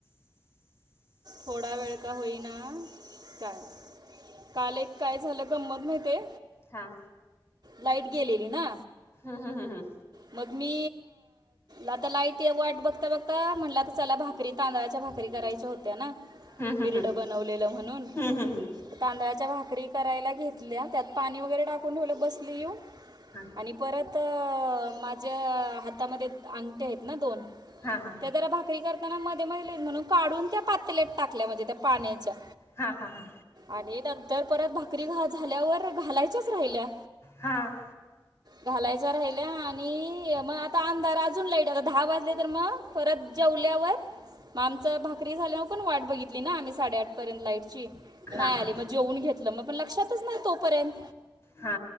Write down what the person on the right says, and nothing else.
थोडा वेळ का होईना काय काल एक काय झालं गंमत माहिते
लाईट गेलेली ना
मग मी आता लाईट वाट बघता बघता म्हटला तर चला भाकरी तांदळाच्या भाकरी करायच्या होत्या ना.
बिरड बनवलेलं म्हणून
तांदळाच्या भाकरी करायला घेतल्या त्यात पाणी वगैरे टाकून ठेवलं बसली येऊन.
आणि परत माझ्या हातामध्ये अंगठ्या आहेत ना दोन
त्या जरा भाकरी भाकरी करताना मध्ये मध्ये म्हणून काढून त्या पातल्यात टाकल्या म्हणजे त्या पाण्याच्या
आणि नंतर परत भाकरी झाल्यावर घालायच्याच राहिल्या
घालायच राहिल्या आणि मग आता अंधार अजून लाईट आता दहा वाजले तर मग परत जेवल्यावर मग आमचं भाकरी झाल्यामुळे पण वाट बघितली ना आम्ही साडेआठपर्यंत लाईटची नाही
आली
मग जेवून घेतलं मग पण लक्षातच नाही तोपर्यंत